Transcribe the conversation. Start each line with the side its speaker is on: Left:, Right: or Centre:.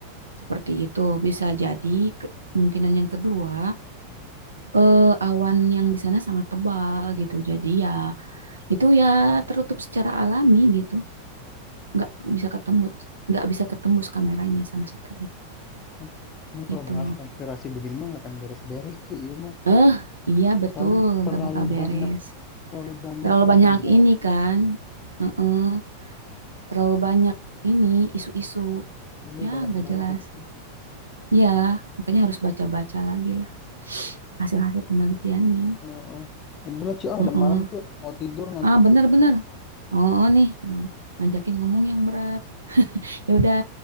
Right: seperti itu, bisa jadi ke- kemungkinan yang kedua eh, awan yang di sana sangat tebal gitu. Jadi ya itu ya tertutup secara alami gitu, nggak bisa ketemu, nggak bisa ketembus kameranya sama satelit
Left: nah ini kalau
Right: gitu.
Left: bahas konspirasi begini mah nggak akan beres-beres cuy iya mah
Right: Eh, iya betul,
Left: soalnya terlalu
Right: nggak bakal beres.
Left: banyak terlalu banyak
Right: Terlalu
Left: yang
Right: banyak
Left: bisa dibahas
Right: ini
Left: ya.
Right: kan. Heeh. terlalu banyak ini isu-isu
Left: iya
Right: ya
Left: banyak
Right: nggak
Left: banget
Right: jelas
Left: itu
Right: ya makanya harus baca-baca lagi lah hasil-hasil penelitiannya
Left: Heeh. Udah lah, cuy. Ah,
Right: Heeh.
Left: udah malam, cuy. Mau tidur, ngantuk,
Right: ah bener-bener
Left: cuy.
Right: oh oh, nih Hmm, ngajakin ngomong yang berat ya udah